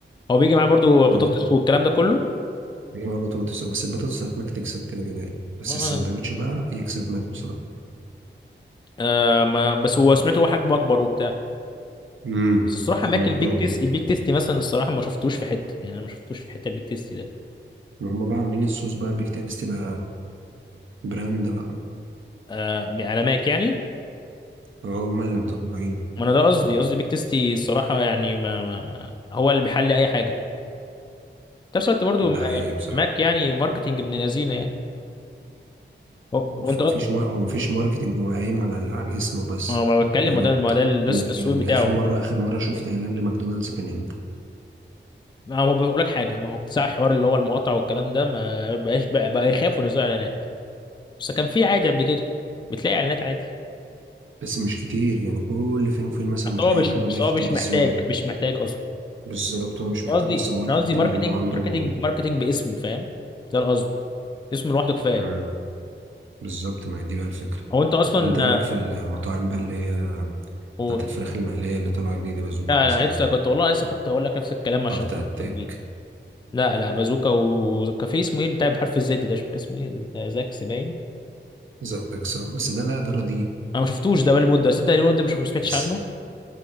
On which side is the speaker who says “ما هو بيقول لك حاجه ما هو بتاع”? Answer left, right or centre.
Left